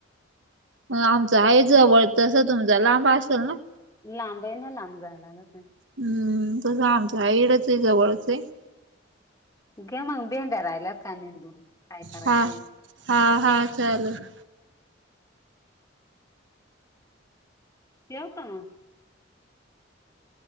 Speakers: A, on the right; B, on the left.
A: हम्म आमचा हाय जवळ तसं तुमचा लांब असेल न?
B: लांबय नां लांब जाय लागतं.
A: हम्म तसं आमचं हाय इठंच आहे हे जवळचय -
B: घ्या मग भेंड्या राहिल्यात कां निंदून? काय करायचे
A: हां हां हां चाललं.
B: ठेवूं का मगं.